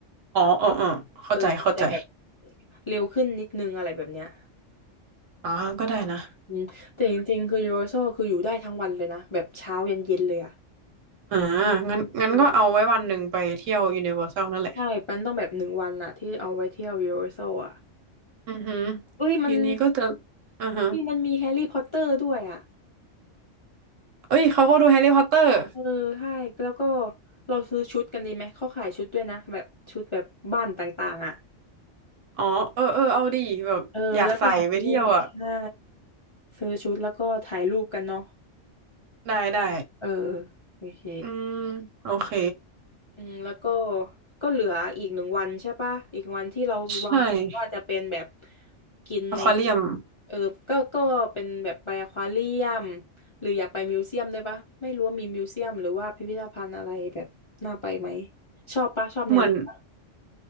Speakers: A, on the right; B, on the left.
A: อ๋ออ๋ออ๋อเข้าใจเข้าใจ
B: เออมันจะแบบเร็วขึ้นนิดนึงอะไรแบบเนี้ย
A: อ๋อ ก็ได้นะ
B: อืมแต่จริงๆคือ Universal คืออยู่ได้ทั้งวันเลยนะแบบเช้ายันเย็นเลยอ่ะ
A: อ่างั้นงั้นก็เอาไว้วันหนึ่งไปเที่ยวยูนิเวอร์แซลนั่นแหละ
B: เออใช่ปันต้องแบบหนึ่งวันอะที่เอาไว้เที่ยว Universal อร์แซลอะ
A: อือหือ
B: เอ้ยมัน
A: ทีนี้ก็จะอ่าฮะ
B: เอ้ยมันมีแฮร์รี่พอตเตอร์ด้วยอ่ะ
A: เอ้ย เขาก็ดูแฮร์รี่พอตเตอร์
B: เออใช่แล้วก็เราซื้อชุดกันดีไหมเขาขายชุดด้วยนะแบบชุดแบบบ้านต่างๆอ่ะ
A: อ๋อเออเออเอาดีแบบอยากใส่ไปเที่ยวอ่ะ
B: เออแล้วก็ถ่ายรูปใช่ซื้อชุดแล้วก็ถ่ายรูปกันเนาะ
A: ได้ได้
B: เออโอเค
A: อืมโอเค
B: อืมแล้วก็ก็เหลืออีกหนึ่งวันใช่ปะอีกวันที่เราวางแผนว่าจะเป็นแบบ
A: ใช่
B: กินใน
A: อควาเรียม
B: เออก็ก็เป็นแบบไปอควาเรียมหรืออยากไปมิวเซียมด้วยปะไม่รู้ว่ามีมิวเซียมหรือว่าพิพิธภัณฑ์อะไรแบบน่าไปไหมชอบปะชอบแนวนี้ปะ
A: เหมือน